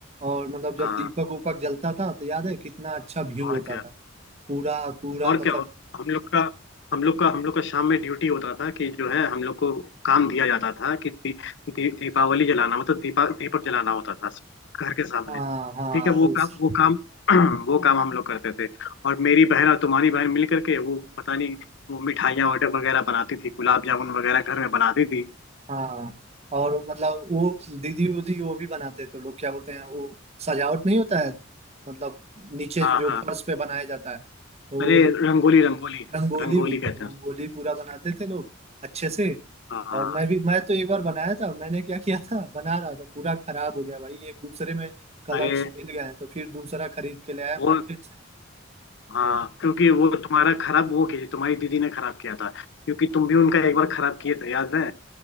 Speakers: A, on the right (about 35°); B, on the left (about 60°).
A: और मतलब जब
B: हाँ
A: दीपक उपक जलता था तो याद है कितना अच्छा व्यू
B: और
A: होता
B: क्या
A: था पूरा पूरा
B: और
A: मतलब
B: क्या और हम लोग का हम लोग का हम लोग का शाम में ड्यूटी होता था कि जो है हम लोग को काम दिया जाता था कि दी, दी, दीपावली जलाना मतलब दीपा दीपक जलाना होता था घर के सामने
A: हाँ हाँ
B: ठीक है वो
A: उस
B: काम वो काम <clears throat> वो काम हम लोग करते थे और मेरी बहन और तुम्हारी बहन मिल करके वो पता नहीं वो मिठाइयाँ ऑर्डर वगैरह बनाती थी गुलाब जामुन वगैरह घर में बनाती थी
A: हाँ और मतलब वो दीदी उदी वो भी बनाते थे लोग क्या बोलते हैं वो सजावट नहीं होता है मतलब नीचे
B: हाँ
A: जो जो
B: हाँ
A: फर्श पे बनाया जाता है तो वो
B: अरे रंगोली रंगोली
A: रंगोली
B: रंगोली
A: भी
B: कहते
A: रंगोली
B: हैं उसको।
A: पूरा बनाते थे लोग अच्छे से
B: हाँ हाँ
A: और मैं भी मैं तो एक बार बनाया था मैंने क्या किया था बना रहा था पूरा खराब हो गया भाई एक दूसरे में कलर्स
B: अरे
A: मिल गए हैं, तो फिर दूसरा खरीद के ले आया
B: वो
A: मार्केट से
B: हाँ
A: तो
B: क्योंकि वो तुम्हारा खराब वो किया तुम्हारी दीदी ने खराब किया था क्योंकि तुम भी उनका एक बार खराब किए थे याद है